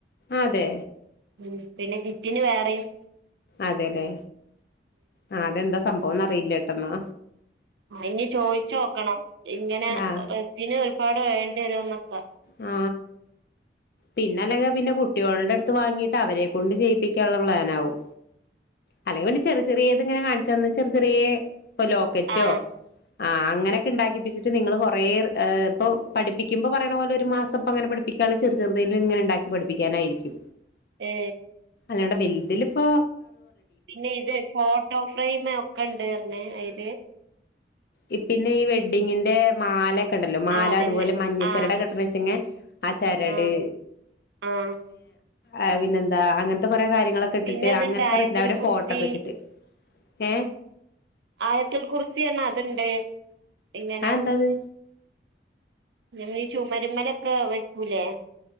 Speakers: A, on the left; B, on the right.
A: ആതെ
B: ഉം പിന്നെ കിറ്റിന് വേറിം
A: അതേല്ലേ ആ അതെന്താ സംഭവോന്ന ർപ്പയില്ലട്ടന്നാ
B: ആ ഇനി ചോയിച്ചോക്കണം ഇങ്ങനെ
A: ആ
B: ബസ്സിന് ഒരുപാ ട് വേണ്ടി വരോന്നൊക്ക
A: ആ പിന്നെ അല്ലങ്കെ പിന്നെ കുട്ട്യോൾടെട്ത്ത് വാങ്ങിട്ട് അവരെ കൊണ്ട് ചെയ്യിപ്പിക്കാള്ള പ്ലാനാവും അല്ലെങ്കിൽ പിന്നെ ചെറിയ ചെറിയത് ഇങ്ങനെ കാണിച്ചെന്ന് ചെറ് ചെറ്യേ ഇപ്പൊ ലോക്കറ്റോ
B: ആ
A: ആ അങ്ങനക്കെ ണ്ടാക്കിപ്പിച്ചി ത് നിങ്ങള് കൊറേ ർ ഏ പ്പോ പഠിപ്പിക്കുമ്പോ പറയണ പോലെ ഒരു മാസംപ്പങ്ങനെ പഠ്പ്പിക്കാൻച്ച ചെറ് ചെറ്‌തേലിങ്ങനെണ്ടാക്കി പഠിപ്പിക്കാനായിരിക്കും
B: ഏ
A: ന്നേട വൽതിലിപ്പോ
B: പിന്നെ ഇത് ഫോട്ടോ ഫ്രെയ്മ് ഒക്കെണ്ട്റഞ്ഞെ അയ്ല്
A: ഇ പിന്നെ ഈ വെഡ്ഡിങ്ങിന്റെ മാല കണ്ടല്ലോ മാല
B: ആഹ് അതന്നെ
A: അതുപോലെ മഞ്ഞച്ചരടാകെട്ട്ണേച്ചങ്ങേ
B: ആഹ്
A: ചരട്
B: ആഹ് ആഹ്
A: ആ പിന്നെന്താ അങ്ങൻത്തെ കൊറേ കാര്യങ്ങളൊക്കെട്ട്ട്ട്
B: പിന്നെ ഇതുണ്ട്
A: അങ്ങൻത്തെ
B: ആയത്തുൽ
A: റസ് ല് അവരെ
B: കുർസി
A: ഫോട്ടോക്കെവെച്ച്ട്ട് ഏ
B: ആയത്തുൽ കുറിസിയെന്ന അത്ണ്ട് എങ്ങന
A: ആ എന്താത്
B: ഞങ്ങ ചുമരുമെലെക്ക വെക്കൂലേ